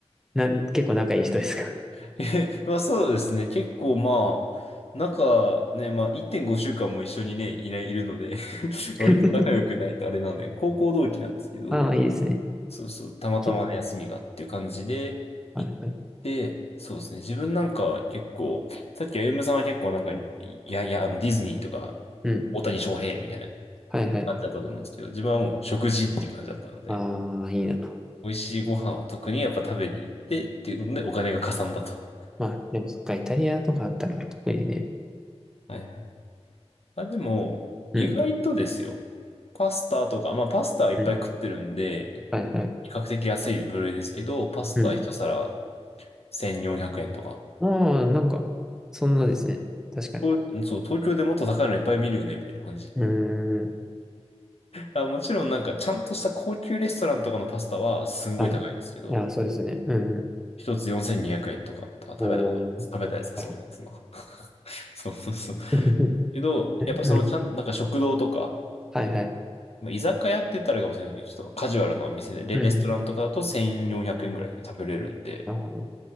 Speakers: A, in the centre; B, on the left (about 65°).
A: な、結構仲いい人ですか
B: <laughs> えまあそうですね。結構まあ、仲ね、まあ1.5週間も一緒にね、いない、いるので <laughs>
A: <laughs>
B: 割と仲良くないとあれなんで、高校同期なんですけど、
A: ああ、いいですね。
B: そうそう、たまたまの休みがっていう感じで行っ
A: きはいはい。
B: て、そうですね、自分なんか結構、さっき歩夢さんは結構なんか、いやいや、あのディズニーとか、
A: うん。
B: 大谷翔平みたいな
A: はいはい。
B: 感じだったと思うんですけど、自分はもう食事っていう感じだったので、
A: ああ、いいな。
B: 美味しいご飯を特にやっぱ食べに行ってっていうのでお金がかさんだと。
A: まあ、でもそっか、イタリアとかあったら特にね。
B: はいはい。あ、でも、
A: うん
B: 意外とですよ、パスタとか、まあパスタはいっぱい食ってるんで、
A: うん。はいはい。
B: 比較的安い部類ですけど、パスタ一皿
A: うん。
B: 1400円とか。
A: ああ、なんか、そんなですね。確かに。
B: 東そう、東京でもっと高いのいっぱい見るよね、みたいな感じ。
A: うーん。
B: あ、もちろんなんか、ちゃんとした高級レストランとかのパスタはすんごい高いですけど、
A: はい。いや、そうですね。うん。
B: 一つ4200円とか、とか食べたことあるんです。
A: おー。
B: 食べたやつはそうなんですの。
A: あ
B: <laughs> そうそうそう。
A: <laughs>
B: けど、やっぱりその、
A: うん。
B: ちゃん、なんか食堂とか、
A: はいはい。
B: うんまあ、居酒屋って言ったらあれかもしれないけど、ちょっとカジュアルなお店で、レ、
A: うん。
B: レストランとかだと1400円ぐらいで食べれるんで、
A: なるほど。